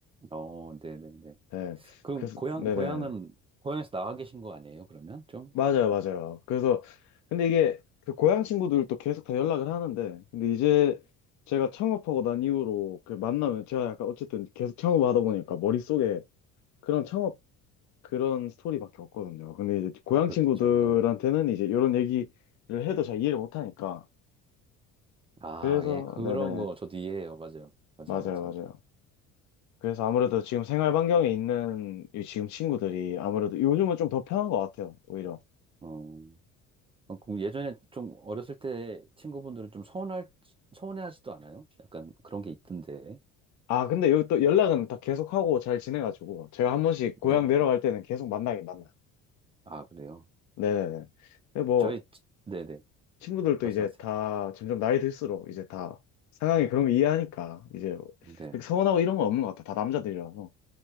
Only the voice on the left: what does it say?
네.
그래서,
네네.
맞아요, 맞아요. 그래서, 근데 이게, 그 고향 친구들도 계속 다 연락을 하는데, 근데 이제, 제가 창업하고 난 이후로 그 만나면 제가 약간 어쨌든 계속 창업하다 보니까 머릿속에 그런 창업 그런 스토리밖에 없거든요. 근데 이제 고향
친구들한테는
이제 이런 얘기를 해도 잘 이해를 못 하니까.
그래서
네네
맞아요
맞아요. 그래서 아무래도 지금 생활 반경에 있는 이 지금 친구들이 아무래도 요즘은 좀 더 편한 것 같아요 오히려.
아 근데 여기 또 연락은 다 계속 하고 잘 지내가지고 제가 한 번씩 고향
내려갈 때는 계속 만나긴 만나요.
네네네. 근데 뭐
친구들도
이제 다 점점 나이 들수록 이제 다 상황이 그런 거 이해하니까 이제
그렇게 서운하고 이런 건 없는 것 같아. 다 남자들이라서.